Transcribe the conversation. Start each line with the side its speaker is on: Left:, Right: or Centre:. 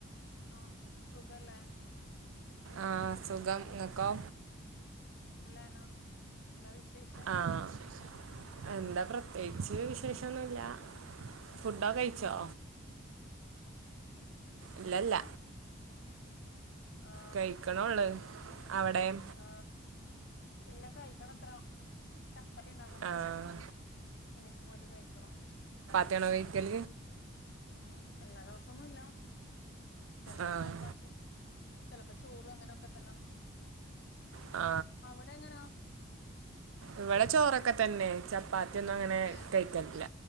Left: ആഹ് സുഖല്ലേ
Right: ആഹ് സുഖം ങ്ങക്കോ
Left: നല്ലാന എന്താ വിശേഷം
Right: ആഹ് എന്താ പ്രത്യേകിച്ച് വിശേഷന്നുല്ല ഫുഡോക്കെ കഴിച്ചോ ഇല്ലല്ല
Left: ആ ആ
Right: കഴിക്കണള്ളു അവിടെയോ
Left: ആ ഇല്ല കഴിക്കണത്ര ചപ്പാത്തി ഉണ്ടാക്കുന്നുണ്ട്
Right: ആഹ്
Left: ഇനിയിപ്പം കൂരി കഴിക്കണം
Right: തണ വേയ്ക്കൽ
Left: ഉം എല്ലാ ദിവസൊന്നുംല്ല ചെലപ്പം
Right: ആഹ്
Left: ചപ്പാത്തി ചിലപ്പോ ചോറ് അങ്ങനൊക്കെ തന്നെ
Right: ആ
Left: അവിടെ എങ്ങനാ
Right: ഇവിടെ ചോറൊക്കെ തന്നെ ചപ്പാത്തിന്നും അങ്ങനെ
Left: അതെ
Right: കഴിക്കറില്ല